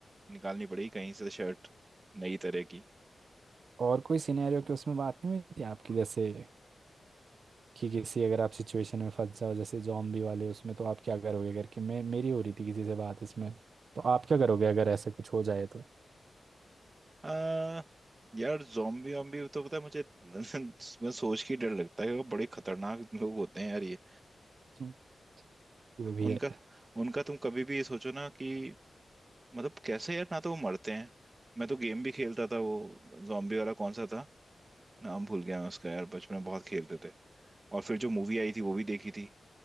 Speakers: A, on the right (about 25°); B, on the right (about 65°).
A: निकालनी पड़ेगी कहीं से शर्ट नई तरह की
B: और कोई सिनेरियो की उसमें बात नहीं हुई थी आपकी जैसे कि किसी अगर आप सिचुएशन में फंस जाओ जैसे जॉम्बी वाले उसमें तो आप क्या करोगे करके मैं मेरी हो रही थी किसी से बात इसमें तो आप क्या करोगे अगर ऐसे कुछ हो जाए तो
A: आ, यार zombie वॉम्बी तो पता है मुझे <laughs> मैं सोच के ही डर लगता है वो बड़े खतरनाक लोग होते हैं यार ये
B: <laughs> ये भी
A: उनका
B: है
A: उनका तुम कभी भी ये सोचो ना कि मतलब कैसे यार ना तो वो मरते हैं मैं तो गेम भी खेलता था वो जॉम्बी वाला कौन सा था नाम भूल गया मैं उसका यार बचपन में बहुत खेलते थे और फिर जो मूवी आई थी वो भी देखी थी